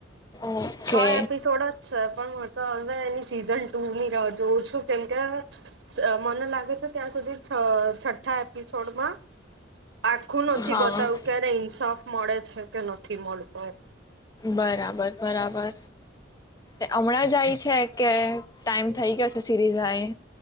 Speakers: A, on the left (about 20°); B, on the right (about 65°).
A: ઓકે
B: છ એપિસોડ જ છે પણ હવ તો હવે એની સીઝન ટુ ની જોઉં છું કેમકે મને લાગે છે ત્યાં સુધી છઠ્ઠા એપિસોડમાં આખું થી
A: હા
B: બતાવું ક્યારે ઇન્સાફ મળે છે કે નથી થી મળતોય.
A: બરાબર બરાબર હમણાં જ જાય છે કે ટાઈમ થઇ ગયો છે સીરીઝાય.